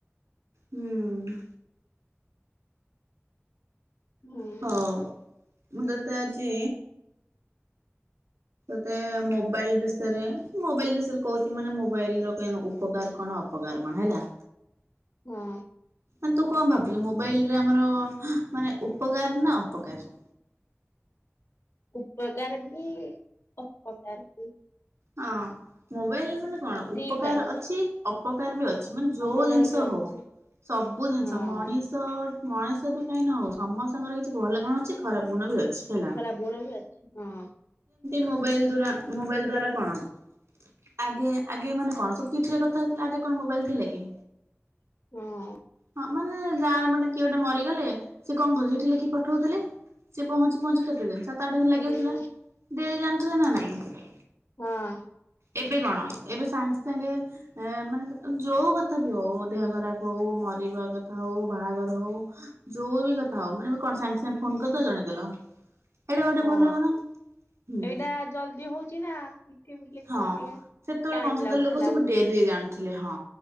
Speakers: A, on the right; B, on the left.
A: ହୁଁ।
B: ହୁଁ।
A: ହଉ ମୁଁ ତତେ ଆଜି। ତତେ ମୋବାଇଲ ବିଷୟରେ ମୋବାଇଲ ବିଷୟରେ କହୁଛି ମାନେ ମୋବାଇଲ ର ଉପକାର କଣ ଅପକାର କଣ ହେଲା।
B: ହଁ।
A: ମାନ ତୁ କଣ ଭାବୁଛୁ ମୋବାଇଲ ରେ ଆମର ମାନେ ଉପକାର ନା ଅପକାର।
B: ଉପକାର ବି ଅପକାର ବି
A: ହଁ ମୁଁ। ମୋବାଇଲ ମାନେ କଣ ଉପକାର
B: ଦିଟା କ
A: ଅଛି। ଉପକାର ବି ଅ ମାନେ ଯୋଉ
B: ଅପକାର
A: ଜିନିଷ
B: ବି ଅଛି
A: ହଉ ସବୁ ଜିନିଷ
B: ହଁ
A: ମଣିଷ। ମଣିଷ ବି କାହିଁ ନ ହଉ ସମସ୍ତଙ୍କର କିଛି ଭଲ ଗୁଣ ଅଛି ଖରାପ ଗୁଣ ବି ଅଛି। ହେଲା
B: ଖରାପ ଗୁଣ ବି ଅଛା ହଁ।
A: ମୋବାଇଲ ଦ୍ୱାରା ମୋବାଇଲ ଦ୍ୱାରା। କଣ ଆଗେ ଆଗେ ମାନେ କଣ ସବୁ ଚିଠିରେ କଥା ହଉଥିଲା ଆଗେ କଣ ମୋବାଇଲ ଥିଲା କି?
B: ହଁ
A: ହଁ ମାନେ ଗାଁରେ ମାନେ କିଏ ଗୋଟେ ମରିଗଲେ ସେିଏ କଣ କରୁ ସେଠି ଲେଖି ପଠଉଥିଲେ ସିଏ ପହଞ୍ଚୁ ପହଞ୍ଚୁ କେତେ ଦିନ? ସାତ ଆଠ ଦିନ
B: ହୁଁ
A: ଲାଗିଯାଉଥିଲା। ଡେରି ଜାଣିୁଥିଲେ ନା ନାଇଁ।
B: ହଁ।
A: ଏବେ କଣ ଏବେ ସାଙ୍ଗେ ସାଙ୍ଗେ ଏ ମାନେ ଯୋଉ କଥା ବି ହଉ ଦେହ ଖରାପ ହଉ ମରିବା କଥା ହଉ ବାହାଘର ହଉ, ଯୋଉ ବି କଥା ହଉ ମାନେ କଣ ସାଙ୍ଗେ ସାଙ୍ଗେ ଫୋନ କରିଦବା ଜଣେଇଦେଲ। ଏଇଟା ଗୋଟେ
B: ହଁ
A: ଭଲ ଗୁଣ ହୁଁ
B: ଏଇଟା ଜଲଦି ହଉଛି ନା। ଲେଖିବା
A: ହଁ
B: ଟିକେ
A: ସେତେବେଳେ
B: ଟାଇମ
A: କଣ ସେତେବେଳେ
B: ଲାଗୁଥିଲା
A: ଲୋକ ସବୁ ଡେରିରେ ଜାଣନ୍ତି। ଥିଲେ ହଁ।